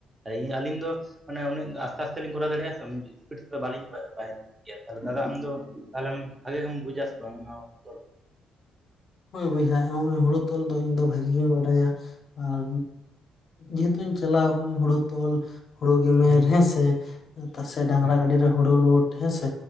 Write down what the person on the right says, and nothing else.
ᱟᱹᱭ ᱟᱞᱤᱧ ᱫᱚ ᱢᱟᱱᱮ ᱩᱱᱟᱹᱜ ᱟᱥᱛᱮ ᱟᱥᱛᱮ ᱞᱤᱧ ᱠᱚᱨᱟᱣ ᱫᱟᱲᱮᱜ-ᱟ ᱥᱮ ᱥᱯᱤᱰ ᱛᱮᱫᱚ ᱵᱟᱹᱞᱤᱧ ᱜᱮᱭᱟ ᱛᱟᱦᱞᱮ ᱫᱟᱫᱟ ᱟᱢ ᱫᱚ ᱛᱟᱦ ᱞᱮᱢ ᱵᱷᱟᱜᱮ ᱜᱮᱢ ᱵᱩᱡᱟ ᱥᱮ ᱵᱟᱝ ᱛᱚᱞ
ᱦᱩᱸ
ᱦᱩᱸ